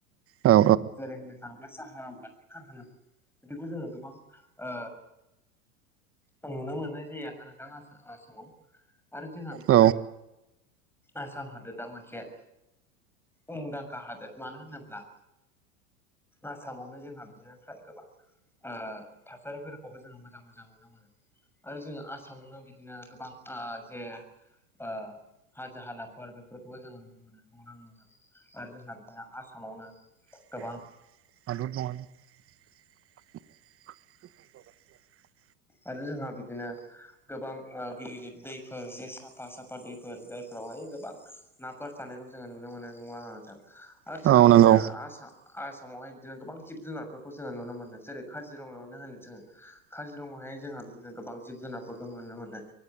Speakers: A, on the right (about 30°); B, in the centre.
A: औ
B: जेरै होननो थाङोब्ला साहा <unintelligible> खारानाफोर बिदिखौ जोङो गोबां ओ खम नुनो मोननाय जायो आरोना नोंथां आसा आसामाव आरो जोंहा बिदिनो
A: औ
B: आसाम हादोरा मोनसे मुंदांखा हादोर मानो होनोब्ला आसामावनो जों बिदिनो फ्राय गोबां ओ थासारिफोरखौबो जोङो मोजां मोजां नुनो मोनो आरो जोंङो आसामावनो बिदिनो गोबां आ जे ओ हाजो हालाफोर बेफोरखौबो जोङो नुनो मोनो <unintelligible> आरो जोंहा बिदिनो आसामावनो
A: <unintelligible>
B: गोबां आरो जोंहा बिदिनो गोबां ओ गिदिर गिदिर दैफोर जे साफा साफा दैफोर जायफोरावहाय गोबां ना फोर थानायखौ जोङो नुनो मोनो नंगौना नङा नोंथां आरो जोंहा
A: औ
B: बिदिनो
A: नंगौ
B: आ सख आसामावहाय बिदिनो गोबां जिब जुनारफोरखौ जोङो नुनो मोनो जेरै काजिरङायावनो होनो जोङो काजिरङायावहाय जोङो बिदिनो गोबां जिब जुनारफोरखौ नुनो मोनो